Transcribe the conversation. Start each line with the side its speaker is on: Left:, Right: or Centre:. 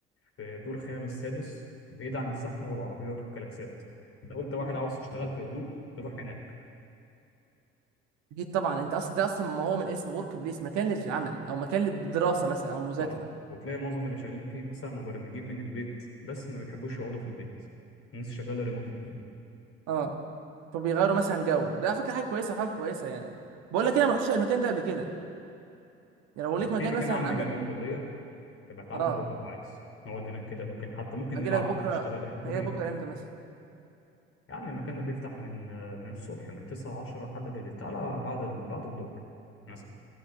Left: في دور خامس سادس بعيد عن الزحمة والعربيات والكلاكسات لو أنت واحد
Right: مم.
Left: عاوز تشتغل في هدوء تروح هناك
Right: اكيد طبعا انت اصلا ده اصلا ما هو من اسمه ورك بليس مكان للعمل او مكان للدراسه مثلا او مذاكره
Left: صح وتلاقي معظم اللي شغالين فيه مثلا مبرمجين من البيت بس ما بيحبوش يقعدوا في البيت الناس شغالة ريموتلي
Right: اه فبيغيروا مثلا جو ده على فكره حاجه كويسه حاجه كويسه يعني بقول لك انا ما رحتش المكان ده قبل كده يعني لو ليك مكان
Left: في مكان
Right: مثلا
Left: عندي
Right: عندك
Left: جنب الكلية يبقى تعالى
Right: اه
Left: نروح لو عايز نقعد هناك كده ممكن حتى ممكن
Right: اجي
Left: نلعب
Right: لك بكره
Left: ممكن نشتغل احنا حرين
Right: اجي لك بكره امتى مثلا
Left: يعني المكان ده بيفتح من من الصبح من 9 10 لحد بالليل تعالى بعد ال... بعد الظهر مثلا